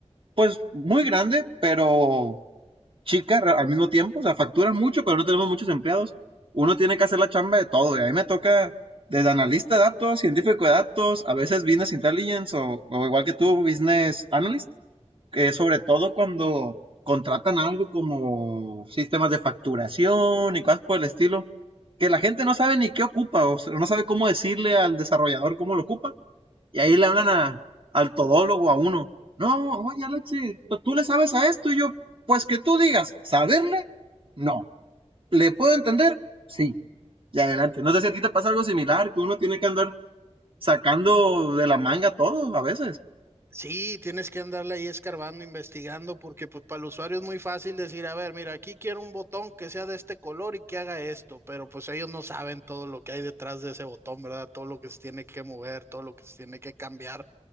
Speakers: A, on the right; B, on the right.
A: pues muy grande, pero chica ra- al mismo tiempo, o sea, factura mucho, pero no tenemos muchos empleados. Uno tiene que hacer la chamba de todo, y a mí me toca desde analista de datos, científico de datos, a veces business intelligence o, o igual que tú, business analyst eh, sobre todo cuando contratan algo como sistemas de facturación y cosas por el estilo, que la gente no sabe ni qué ocupa, o sea, no sabe cómo decirle al desarrollador cómo lo ocupa, y ahí le hablan a, al todólogo, a uno, no, oye Alexi, tú tú le sabes a esto, y yo, pues que tú digas, ¿saberle? No. ¿Le puedo entender? Sí. Y adelante. No sé si a ti te pasa algo similar, que uno tiene que andar sacando de la manga todo a veces.
B: Sí, tienes que andarle ahí escarbando, investigando, porque pues para el usuario es muy fácil decir, a ver, mira, aquí quiero un botón que sea de este color y que haga esto, pero pues ellos no saben todo lo que hay detrás de ese botón, ¿verdad? Todo lo que se tiene que mover, todo lo que se tiene que cambiar.